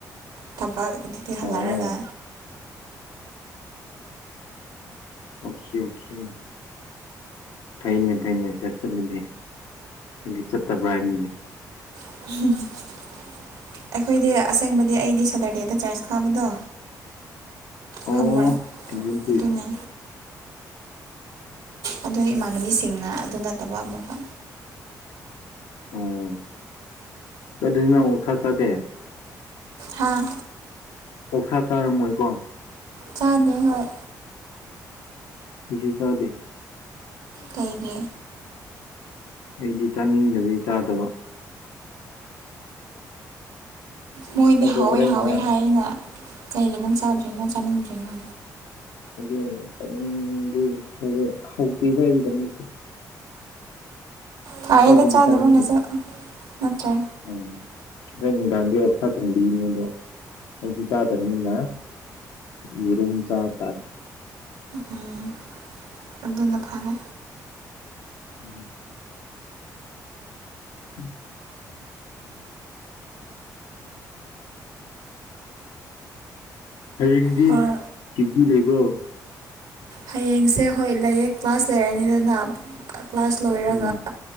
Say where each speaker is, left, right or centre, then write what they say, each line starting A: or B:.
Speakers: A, on the right; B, on the left.
A: ꯊꯕꯛ ꯑꯗꯨꯗꯤ ꯍꯜꯂꯛꯑꯒ
B: ꯑꯣ ꯑꯣꯀꯦ ꯑꯣꯀꯦ ꯐꯩꯅꯦ ꯐꯩꯅꯦ ꯆꯔꯁ ꯆꯠꯂꯗꯤ ꯑꯩꯗꯤ ꯆꯠꯇꯕ꯭ꯔꯥ ꯍꯥꯏꯕꯅꯤꯅꯦ
A: <unintelligible> ꯑꯩꯈꯣꯏꯗꯤ ꯑꯁꯦꯡꯕꯗꯤ ꯑꯩꯗꯤ ꯁꯦꯇꯔꯗꯦꯗ ꯆꯥꯔꯁ ꯀꯥꯕꯗꯣ
B: ꯑꯣ
A: ꯈꯪꯕ꯭ꯔꯥ
B: ꯑꯦꯗꯚꯦꯟꯇꯤꯁ
A: ꯑꯗꯨꯅꯦ ꯑꯗꯨꯏ ꯏꯃꯥꯟꯅꯕꯤꯁꯤꯡꯅ ꯑꯗꯨ ꯅꯠꯇꯕ ꯑꯃꯨꯛꯀ
B: ꯑꯣ ꯑꯗꯨꯗꯤ ꯅꯪ ꯑꯣꯛꯁꯥ ꯆꯥꯗꯦ
A: ꯍꯥꯥ
B: ꯑꯣꯛꯁꯥ ꯆꯥꯔꯝꯃꯣꯏꯀꯣ
A: ꯆꯥꯗꯦ ꯍꯣꯏ
B: ꯑꯩꯖꯨ ꯆꯗꯦ
A: ꯀꯩꯒꯤ
B: ꯑꯩꯗꯤ ꯆꯥꯅꯤꯡꯗꯕꯒꯤ ꯆꯥꯗꯕ
A: ꯃꯣꯏꯗꯤ
B: ꯑꯗꯣ
A: ꯍꯥꯎꯋꯦ
B: ꯍꯣꯔꯦꯟ
A: ꯍꯥꯎꯋꯦ
B: ꯅꯨꯡꯗꯥꯡ
A: ꯍꯥꯏꯅ ꯀꯩꯒꯤ ꯅꯪ ꯆꯥꯗ꯭ꯔꯤꯅꯣ ꯆꯥꯅꯤꯡꯗ꯭ꯔꯤꯅꯣ
B: ꯑꯩꯗꯤ ꯆꯠꯅꯤꯡꯗꯦ ꯍꯧꯋꯨ ꯍꯥꯎꯇꯦꯗ ꯑꯩꯒꯤꯗꯃꯛꯇꯤ
A: ꯐꯌꯦꯗ
B: ꯑꯗꯨꯒꯤ
A: ꯆꯥꯗꯕꯅꯁꯨ
B: ꯆꯥꯅꯤꯡꯗꯕ
A: ꯅꯠꯇ꯭ꯔꯥ
B: ꯎꯝ ꯍꯣꯔꯦꯟ ꯅꯨꯡꯗꯥꯡꯗꯤ ꯑꯣꯁꯥ ꯊꯣꯡꯕꯤꯒꯅꯤ ꯑꯗꯣ ꯑꯩꯗꯤ ꯆꯥꯗꯕꯅꯤꯅ ꯌꯦꯔꯨꯝ ꯆꯥꯞ ꯇꯥꯔꯦ
A: ꯎꯝ ꯑꯗꯨꯅ ꯐꯔꯦ
B: ꯎꯝ <inaudible> ꯍꯌꯦꯡꯗꯤ
A: ꯍꯣꯏ
B: ꯗ꯭ꯌꯨꯇꯤ ꯂꯩꯕ꯭ꯔꯣ
A: ꯍꯌꯦꯡꯁꯦ ꯍꯣꯏ ꯂꯩꯌꯦ ꯀ꯭ꯂꯥꯁ ꯂꯩꯔꯅꯤꯗꯅ ꯀ꯭ꯂꯥꯁ ꯂꯣꯏꯔꯒ
B: ꯎꯝ